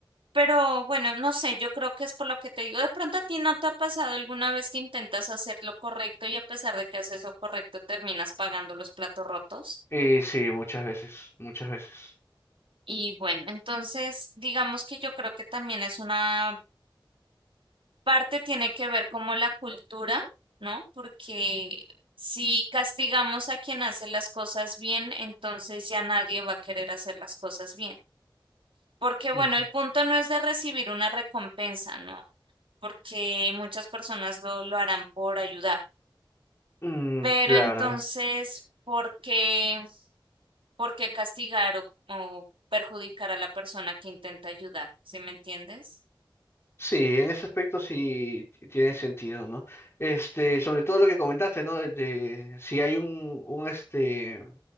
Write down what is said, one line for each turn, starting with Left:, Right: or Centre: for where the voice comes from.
Right: Pero bueno, no sé, yo creo que es por lo que te digo. De pronto a ti no te ha pasado alguna vez que intentas hacer lo correcto y a pesar de que haces lo correcto terminas pagando los platos rotos.
Left: Y sí, muchas veces, muchas veces.
Right: Y bueno, entonces digamos que yo creo que también es una parte tiene que ver como la cultura, ¿no? Porque si castigamos a quien hace las cosas bien, entonces ya nadie va a querer hacer las cosas bien. Porque
Left: Ujú.
Right: bueno, el punto no es de recibir una recompensa, ¿no? Porque muchas personas lo, lo harán por ayudar.
Left: Mm,
Right: Pero
Left: claro.
Right: entonces, ¿por qué, por qué castigar o, o perjudicar a la persona que intenta ayudar? ¿Sí me entiendes?
Left: Sí, en ese aspecto sí ti- tiene sentido, ¿no? Este, sobre todo lo que comentaste, ¿no? De, de si hay un, un este